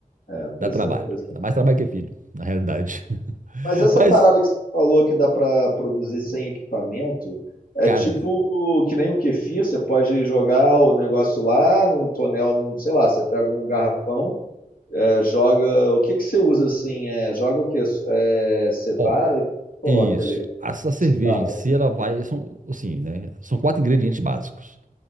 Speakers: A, on the left; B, on the right.
A: é, pois
B: Dá trabalho.
A: é, pois é.
B: Dá mais trabalho que é filho, na realidade. <laughs>
A: Mas essa
B: Mas,
A: parada que você falou que dá pra produzir sem equipamento, é
B: cara,
A: tipo que nem o kefir, você pode jogar o negócio lá num tonel, num, sei lá, você pega um garrafão, é, joga, o que que você usa assim? É, joga o quê? É, cevada,
B: ó,
A: o que você coloca
B: isso.
A: ali?
B: Essa cerveja
A: Cevada.
B: em si, ela vai. São, assim, né? São quatro ingredientes básicos.